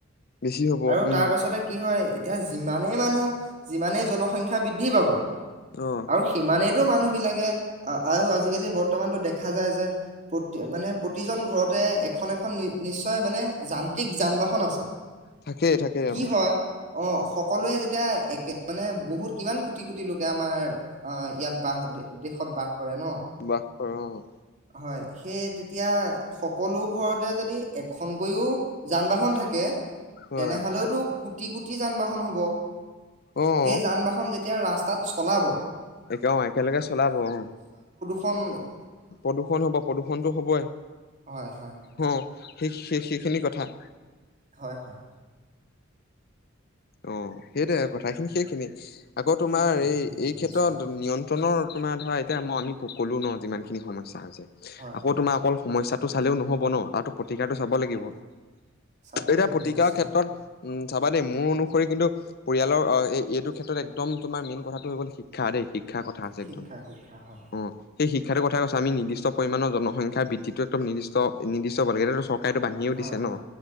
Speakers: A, on the left; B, on the right.
A: বেছি হ'ব
B: আৰু
A: উম
B: তাৰ পাছতে কি হয়। এতিয়া যিমানেই মানুহ যিমানেই জনসংখ্যা বৃদ্ধি পাব,
A: অ'
B: আৰু সিমানেই মানুহ বিলাকে, আৰু আজিকালি বৰ্তমানতো দেখা যায় যে প্ৰতি মানে প্ৰতিজন ঘৰতে এখন-এখন নিশ্চয় মানে যান্ত্ৰিক যান বাহন আছে।
A: থাকেই থাকেই
B: কি
A: অ'
B: হয় অ, হ সকলোৱে যেতিয়া একে মানে বহুত কিমান কোটি-কোটি লোকে আমাৰ ইয়াত বাহ দেশত বাস কৰে ন
A: বাস কৰা অহ।
B: হয়, সেই তেতিয়া সকলো ঘৰতে যদি এখনকৈও যান বাহন থাকে,
A: অ'
B: তেনেহলেওতো টি কোটি যান বাহন হ'ব।
A: অ'
B: সেই যান বাহন যেতিয়া এতিয়া ৰাস্তাত চলাব,
A: একে অহ একেলগে চলাব অহ।
B: শন্
A: প্ৰদূ্ষণ হ'ব, প্ৰদূৰ্ষণতো হ'বই।
B: হয় হয়
A: সহ। সেই স সেইখিনি কথা।
B: হয় হয়
A: অ সেইট কথা খিনি সেইখিনি আকৌ তোমাৰ
B: সেইখিনিয়ে
A: এই-এই
B: সেইখিনিয়ে
A: ক্ষেত্ৰত
B: নিশ্চয়
A: নিয়ন্ত্ৰণৰ তোমাৰ ধৰা এতিয়া আমি তোক ক'লো ন যিমান খিনি সমস্যা
B: হয়
A: আকৌ
B: হয়
A: তোমাৰ অকল সমস্যাত টো চালেও নহব ন, তাতো প্ৰতিকাৰটো চাব লাগিব।
B: হয় চাব
A: এতিয়া
B: লাগিব
A: প্ৰতিকাৰ
B: নিশ্চয়
A: ক্ষেত্ৰত উম চাবা দেই মোৰ অনু কিন্তু পৰিয়ালৰ এইটো ক্ষেত্ৰত একদম তোমাৰ মেইন কথাটো হৈ গ'ল শিক্ষা দেই শ শিক্ষাৰ কথা আছে
B: শিক্ষা
A: একদম
B: শিক্ষা হয়
A: অ সেই শিক সেইটো কথা কৈছো আমি নিৰ্দিষ্ট পৰিমাণৰ জনসংখ্যা বৃদ্ধিটো একদম নিৰ্দিষ্ট নিৰ্দিষ্ট <unintelligible> চৰকাৰেটো বান্ধিও
B: হয়
A: দিছে
B: হয়
A: ন